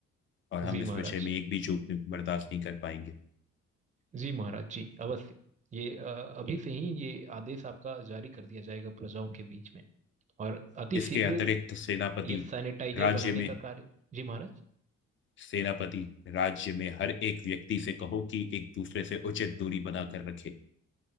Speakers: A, on the left; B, on the right.
A: और हम
B: जी
A: इस
B: महाराज
A: विषय में एक भी चूक बर्दाश्त नहीं कर पाएंगे
B: जी महाराज जी अवश्य ये अ, अभी से ही ये आदेश आपका जारी कर दिया जाएगा प्रजाओं के बीच में और अति
A: इसके
B: शीघ्र
A: अतिरिक्त सेनापति
B: ये सैनिटाइजर
A: राज्य
B: बनाने
A: में
B: का कार्य जी महाराज
A: सेनापति राज्य में हर एक व्यक्ति से कहो कि एक दूसरे से उचित दूरी बनाकर रखे